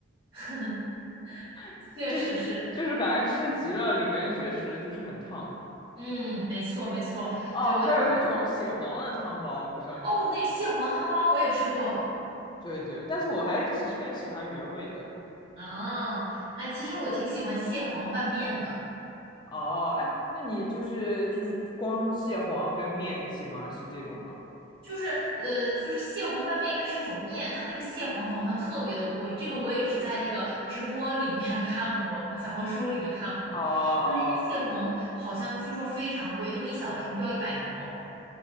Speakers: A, on the right; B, on the left.
A: <laughs>
B: <laughs>
A: 确实是。
B: 就是就是感觉吃急了，里面确实就是很烫。
A: 嗯，没错没错。
B: 哦，
A: 对，我想，
B: 还有那种血黄的汤包，不知道你，
A: 哦，那个蟹黄汤包我也吃过
B: 对对，但是我还是其实更喜欢原味的。
A: 啊。哎，其实我挺喜欢蟹黄拌面的。
B: 哦，哎，那你就是就是光蟹黄跟面一起吗？是这种吗？
A: 就是呃，就是蟹黄拌面应该是一种面，它那个蟹黄好像特别的贵，这个我也只在那个直播里面 <laughs> 看过，小红书里面看过，
B: 哦哦
A: 就是因为蟹黄好像据说非常贵，那么一小瓶就要一百多，